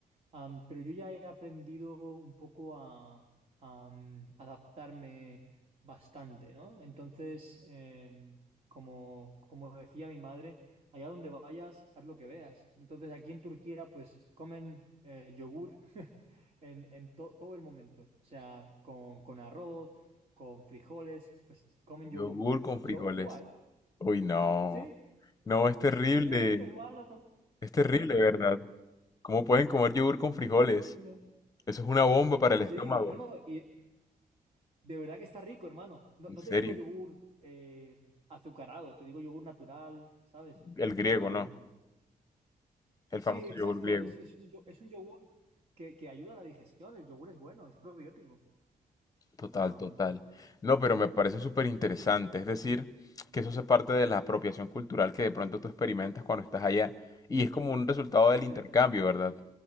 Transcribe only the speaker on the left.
Yogur
con frijoles.
Uy, no.
No, es terrible.
Es terrible, ¿verdad? ¿Cómo pueden comer yogur con frijoles?
Eso es una bomba para el
estómago.
En
serio.
El griego,
¿no? El
famoso
yogur griego.
Total,
total. No, pero me parece súper interesante. Es decir, que eso es parte de la apropiación cultural que de pronto tú experimentas cuando estás allá. Y es como un resultado del
intercambio, ¿verdad?